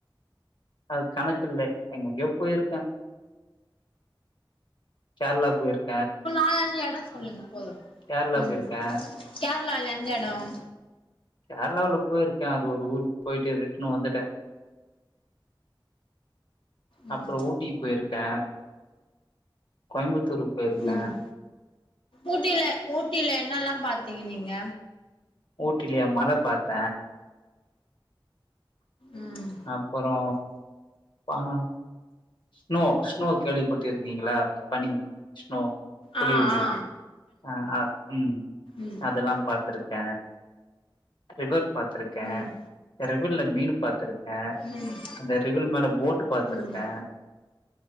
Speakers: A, on the left; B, on the left.
A: அது கணக்கு இல்ல எங்கெங்கயோ போயிருக்கோ கேர்ளாக் போயிருக்
B: ஆ அந்த எடம் சொல்லுங்க போதும்
A: கேரளா
B: ம்
A: போயிருக்கேன்
B: கேர்ளால எந்த எடம்
A: கேர்ளாவ்ல போயிருக்கே அது ஒரு ஊருக் போயிட்டு ரிட்ன்னு வந்துட்ட
B: ம்
A: அப்றோ ஊட்டிக் போய்ருக்க கோயம்புத்தூருக் போயிருக்க
B: ம் ஊட்டில ஊட்டில என்னல்லா பாத்தீங்க நீங்க
A: ஊட்டிலியா மல பாத்த
B: ம்
A: அப்புறோ பாம்மா ஸ்னோ ஸ்னோ கேள்விப்பட்டு இருக்கீங்களா பனி ஸ்னோ பொலியுமே
B: ஆ ஆ
A: அ ஆ ம்
B: ம்
A: அதெல்லா பாத் திருக்க ரிவர் பாத் ருக்க
B: ம்
A: அ ரிவில்ல மீன்னு பாத்திருக்க
B: ம்
A: அந்த ரிவில் மேல போட்டு பாத்திருக்
B: ம்
A: ஏன்